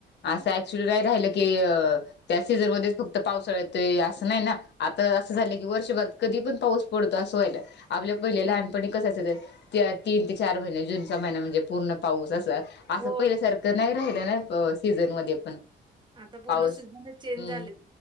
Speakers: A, on the left; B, on the right.
A: अस ऍक्च्युली नाही राहिल की त्या सीझनमध्ये फक्त पावसाळ यतोय अस नाही ना आता अस झाल की वर्षभरात कधी पण पाऊस पडतो अस व्हयलय. आपल्या पहिले लहानपणी कस असायच तीन ते चार महिने जूनचा महिना म्हणजे पूर्ण पाऊस तस अस
B: हो.
A: पहिल्यासारख नाही राहिलं ना सीझन मध्ये पण,
B: आता पूर्ण
A: पाऊस
B: शीजनच चेंज
A: हम्म
B: झालेत